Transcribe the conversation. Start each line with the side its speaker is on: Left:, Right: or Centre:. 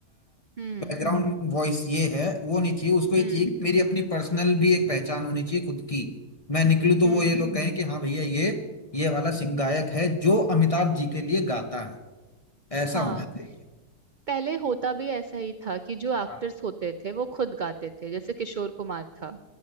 Right: हम्म
Left: बैकग्राउंड वॉइस ये है वो नहीं चाहिए उसको ये
Right: हम्म
Left: चाहिए कि मेरी अपनी पर्सनल भी एक पहचान होनी चाहिए खुद की मैं निकलूँ तो
Right: हम्म
Left: वो ये लोग कहें कि हाँ भैया ये ये वाला सिंग गायक है जो अमिताभ जी के लिए गाता है ऐसा
Right: हाँ
Left: होना चाहिए
Right: पहले होता भी ऐसा ही था कि जो एक्टर्स
Left: हाँ
Right: होते थे वो खुद गाते थे जैसे किशोर कुमार था